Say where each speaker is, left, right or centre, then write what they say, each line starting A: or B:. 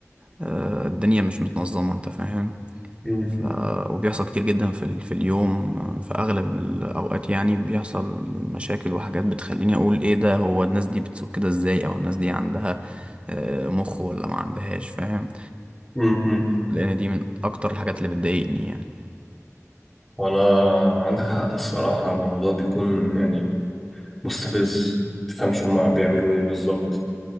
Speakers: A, on the right; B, in the centre.
A: أه الدنيا مش متنظمة أنت فاهم
B: مم.
A: ف... وبيحصل كتير جدا في, ال... في اليوم آه، في أغلب الأوقات يعني بيحصل مشاكل وحاجات بتخليني أقول إيه ده هو الناس دي بتسوق كده إزاي أو الناس دي عندها آه، مخ ولا ما عندهاش فاهم
B: امم
A: لأن دي من أكتر الحاجات اللي بتضايقني يعني
B: وانا عندك حق الصراحة الموضوع بيكون يعني مستفز متفهمش هما بيعملوا ايه بالظبط